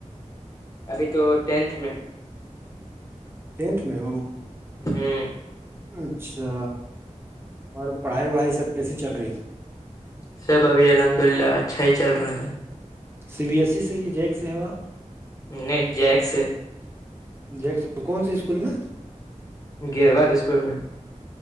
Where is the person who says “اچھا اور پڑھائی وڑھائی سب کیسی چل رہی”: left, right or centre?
Right